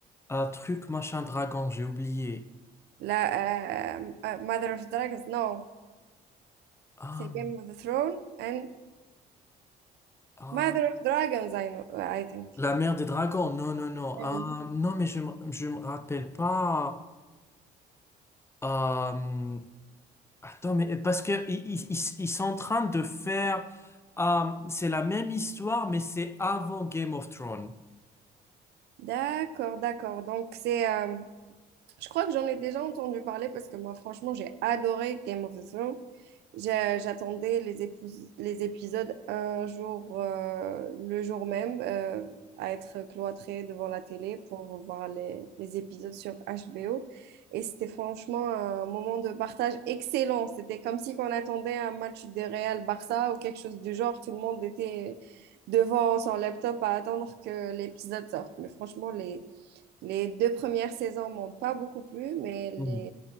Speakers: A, on the left; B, on the right.
A: un truc machin dragon, j'ai oublié.
B: la euh, euh, Mother of Dragons. Non,
A: Ah,
B: c'est Game
A: mais...
B: of the Thrones and
A: ah,
B: Mother of Dragons, I know, I think.
A: La mère des dragons, non, non, non.
B: Oui.
A: Ah, non, mais je, me- je me rappelle pas. Euh, Attends, mais parce que ils, ils- ils- ils sont en train de faire... euh, c'est la même histoire, mais c'est avant Game of Thrones.
B: D'accord, d'accord. Donc c'est, euh, je crois que j'en ai déjà entendu parler parce que moi, franchement, j'ai adoré Game of the Thrones. J'ai- J'attendais les, épous- les épisodes un jour, euh, le jour même, euh, à être cloîtrée devant la télé pour voir les, les épisodes sur HBO. Et c'était franchement un moment de partage excellent. C'était comme si on attendait un match de Real Barça ou quelque chose du genre. Tout le monde était devant son laptop à attendre que l'épisode sorte. Mais franchement, les, les deux premières saisons m'ont pas beaucoup plu, mais les...
A: Mhm.